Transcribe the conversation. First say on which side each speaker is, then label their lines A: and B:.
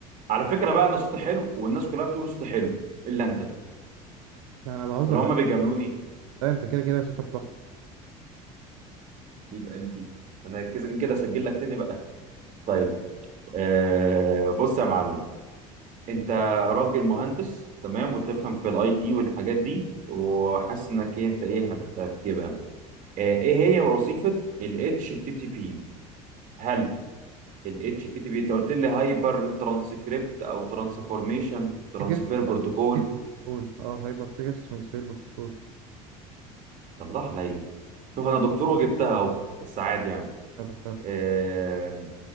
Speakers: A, on the right; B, on the right.
A: على فكرة بقى أنا صوتي حلو والناس كلها بتقول صوتي حلو إلا أنت
B: لا، انا بهزر
A: ولا
B: معاك
A: هما بيجاملوني
B: لا انت كده كده صوتك تحفة
A: بيبقى قلبي أنا كده كده أسجل لك تاني بقى طيب آه... بص يا معلم أنت راجل مهندس تمام وتفهم في الأي تي والحاجات دي وحاسس إنك إيه- أنت إيه هت- هتجيبها آه، إيه هي وظيفة ال HTTP هل ال HTTP انت قلت لي هايبر ترانسكريبت او ترانسفورميشن ترانسفير
B: جيت
A: بروتوكول
B: جيت بروتوكول اه هايبر تيكت ترانسفير بروتوكول
A: الله عليا شوف انا دكتور وجبتها اهو بس عادي يعني
B: هذا بتاع
A: آه...